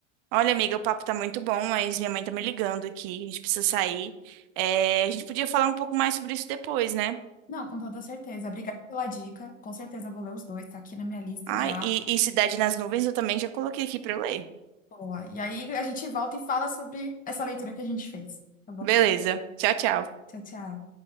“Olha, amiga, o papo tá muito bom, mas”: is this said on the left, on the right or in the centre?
Right